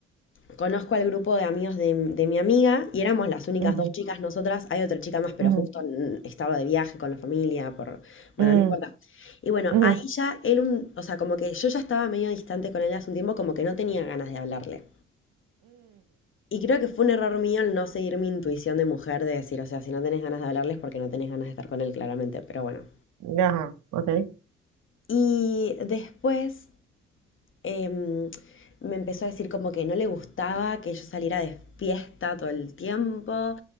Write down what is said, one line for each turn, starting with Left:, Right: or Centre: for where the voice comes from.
Left: Conozco al grupo de amigos de, de mi amiga y éramos las únicas
Right: Ujú,
Left: dos chicas nosotras. Hay otra chica más, pero
Right: ujú,
Left: justo mm, estaba de viaje con la familia, por... Bueno,
Right: mm,
Left: no importa. Y bueno,
Right: ujú,
Left: ahí ya él, un- o sea, como que yo ya estaba medio distante con él hace un tiempo, como que no tenía ganas de hablarle. Y creo que fue un error mío el no seguir mi intuición de mujer de decir, o sea, si no tenés ganas de hablarles porque no tenés ganas de estar con él claramente, pero bueno.
Right: ujú. Ajá, ok.
Left: Y después em, me empezó a decir como que no le gustaba que yo saliera de fiesta todo el tiempo,